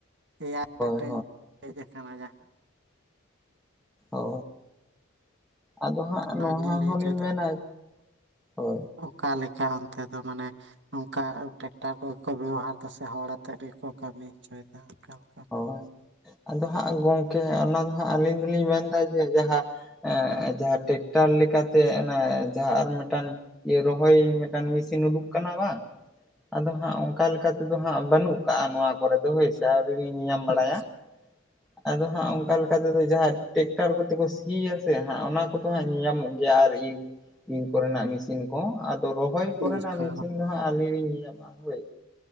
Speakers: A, on the right; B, in the centre.
A: ᱮ ᱟᱭ ᱢᱤᱫᱴᱮᱱ
B: ᱦᱳᱭ
A: ᱦᱮᱡ ᱟᱠᱟᱱᱟ ᱡᱟᱦᱟᱸ᱾
B: ᱚ ᱟᱫᱚ ᱦᱟᱸᱜ
A: ᱚᱱᱟ
B: ᱱᱚᱣᱟ
A: ᱜᱮᱞᱤᱧ ᱞᱟᱹᱭ
B: ᱦᱚᱞᱤᱧ
A: ᱦᱚᱪᱚᱭᱮᱫᱟ
B: ᱢᱮᱱᱟ ᱦᱳᱭ᱾
A: ᱚᱠᱟ ᱞᱮᱠᱟ ᱚᱱᱛᱮ ᱫᱚ ᱢᱟᱱᱮ ᱚᱱᱠᱟ ᱴᱮᱠᱴᱟᱨ ᱠᱚᱜᱮ ᱠᱚ ᱵᱮᱵᱚᱦᱟᱨᱫᱟ ᱥᱮ ᱦᱚᱲ ᱟᱛᱮᱜ ᱨᱮᱜᱮ ᱠᱚ ᱠᱟᱹᱢᱤ ᱦᱚᱪᱚᱭᱮᱫᱟ ᱚᱱᱠᱟ ᱚᱱᱠᱟ ᱞᱮᱠᱟ᱾
B: ᱦᱳᱭ
A: <inaudible>
B: ᱟᱫᱚ ᱦᱟᱸᱜ ᱜᱚᱢᱠᱮ ᱚᱱᱟ ᱫᱚ ᱦᱟᱸᱜ ᱟᱹᱞᱤᱧ ᱫᱚᱞᱤᱧ ᱢᱮᱱᱫᱟ ᱡᱮ ᱡᱟᱦᱟᱸ ᱮᱜ ᱡᱟᱦᱟᱸ ᱴᱮᱠᱴᱟᱨ ᱞᱮᱠᱟᱛᱮ ᱚᱱᱟ ᱡᱟᱦᱟᱸ ᱟᱨ ᱢᱮᱴᱟᱱ ᱡᱮ ᱨᱚᱦᱚᱭ ᱢᱤᱫᱴᱟᱝ ᱢᱮᱥᱤᱱ ᱩᱰᱩᱠ ᱟᱠᱟᱱᱟ ᱵᱟᱝ᱾ ᱟᱫᱚ ᱦᱟᱸᱜ ᱚᱱᱠᱟ ᱞᱮᱠᱟ ᱛᱮᱫᱚ ᱦᱟᱸᱜ ᱵᱟᱹᱱᱩᱜ ᱠᱟᱜ-ᱟ ᱱᱚᱣᱟ ᱠᱚᱨᱮ ᱫᱚ ᱦᱳᱭ ᱥᱮ ᱟᱨ <unintelligible> ᱧᱟᱢ
A: ᱦᱮᱸ
B: ᱵᱟᱲᱟᱭᱟ
A: ᱟᱪᱪᱷᱟ
B: ᱟᱫᱚ ᱦᱟᱸᱜ ᱚᱱᱠᱟ ᱞᱮᱠ ᱞᱮᱠᱟᱛᱮᱫᱚ ᱡᱟᱦᱟᱸ ᱴᱮᱠᱴᱟᱨ ᱠᱚᱛᱮ ᱠᱚ ᱥᱤᱭᱟ ᱥᱮ ᱦᱟᱸᱜ ᱚᱱᱟ ᱠᱚᱫᱚ ᱦᱟᱸᱜ ᱧᱮᱞ ᱧᱟᱢᱚᱜ ᱜᱮᱭᱟ᱾ ᱟᱨ ᱤᱨ ᱤᱨ ᱠᱚᱨᱮᱱᱟᱜ ᱢᱮᱥᱤᱱ ᱠᱚ ᱟᱫᱚ ᱨᱚᱦᱚᱭ
A: ᱦᱮᱸ
B: ᱠᱚᱨᱮᱱᱟᱜ
A: ᱤᱨ ᱠᱚ
B: ᱢᱮᱥᱤᱱ ᱫᱚ ᱦᱟᱸᱜᱼᱼ ᱟᱹᱞᱤᱧ ᱞᱤᱧ ᱧᱟ ᱦᱳᱭ